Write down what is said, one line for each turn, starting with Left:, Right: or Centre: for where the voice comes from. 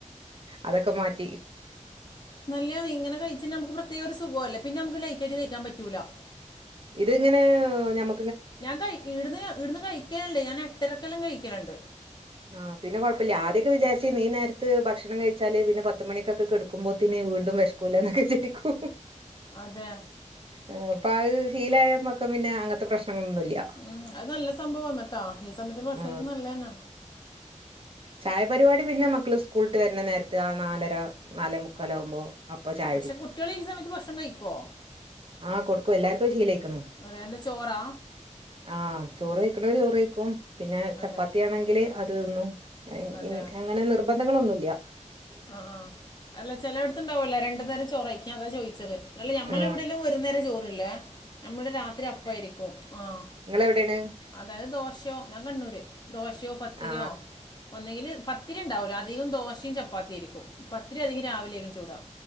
Right: അതൊക്കെ മാറ്റി
Left: നല്ലയാന്നെ ഇങ്ങനെ കയിച്ചാ നമ്മെക്ക് പ്രത്യേക ഒരു സുഖു അല്ലെ പിന്നെ നമ്മെക്ക് ലെയ്റ്റായിറ്റ് കയ്ക്കാൻ പറ്റൂലാ
Right: ഇത് ഇങ്ങനെ ഹ് ഞമ്മ
Left: ഞാം കഴിക്കി ഈട്ന്ന് ഞാ ഈട്ന്ന് കഴിക്കെൽ ഇണ്ട് ഞാൻ എട്ടെരെക്ക് എല്ലാം കഴിക്കെൽ ഇണ്ട്
Right: ആഹ് പിന്നെ കൊഴപ്പ ഇല്ല ആദ്യൊക്കെ വിചാര്ച്ചിര്ന്നി ഈ നേര് ത്ത് ഭക്ഷെണം കഴിച്ചാൽ പിന്നെ പത്ത് മണിക്കൊക്കെ കെട്ക്കുമ്പോത്തിന് വീണ്ടും വെശ്ക്കൂലെന്നൊക്കെ വിചാരിക്കും
Left: അതെ
Right: ഏഹ് ഇപ്പ അഹ് ശീലായ പക്കം പിന്നെ അങ്ങത്തെ പ്രശ്നങ്ങളൊന്നും ഇല്ല്യാ
Left: ഉം അഹ് നല്ല സംഭവാന്ന് ട്ടോ ഈ സമയത്തെന്നെ ഭക്ഷണം
Right: ആ
Left: കഴിക്കുന്നെ നല്ലെയ് എന്നാ
Right: ചായപരിപാടി പിന്നെ മക്കെൾ സ്ക്കൂൾട്ട് വെര്ന്ന നേര്ത്ത് ആഹ് നാലര നാലേ മുക്കാലാവുമ്പോ അപ്പൊ ചായ
Left: പക്ഷെ കുട്ടിയെൾ ഈ സമയെത്ത് ഭക്ഷണം കഴിക്കോ?
Right: ആഹ് കൊട്ക്കും എല്ലാര്ക്കും അഹ് ശീലായിക്ക്ണ്
Left: അതെ എന്താ ചോറാ
Right: ആഹ് ചോറ് വെയ്ക്ക്ണോര് ചോറ് വൈക്കും പിന്നെ ചപ്പാത്തിയാണെങ്കിൽ
Left: അതെ
Right: അത് തിന്നും അഹ്
Left: അതെ
Right: ഇൻ അങ്ങനെ നിർബന്ധങ്ങളൊന്നും ഇല്ലാ
Left: ആഹ് ആഹ് അല്ല ചെലോട്ത്ത് ഇണ്ടാവല്ലോ രണ്ട് നേരം ചോറെയ്ക്കാ അതാ ചോയി ച്ചെത് ഇങ്ങെൾ ഞമ്മളെ
Right: ആ
Left: ഇവിടെ എല്ലാം ഒരു നേരം ചോറ് ഇല്ലെ. നമ്മുടെ രാത്രി അപ്പായിരിക്കും. ആഹ്
Right: ഇങ്ങെൾ എവിടെയാണ്?
Left: അതായെത് ദോശയോ? ഞാൻ കണ്ണൂര് ദോശയോ? പത്തിരിയോ?
Right: ആ
Left: ഒന്നെങ്കിൽ പത്തിരി ഇണ്ടാവൂലാ അധികം ദോശിം ചപ്പാത്തിം ആയിരിക്കും പത്തിരി അധികം രാവിലെക്കും ചുടാ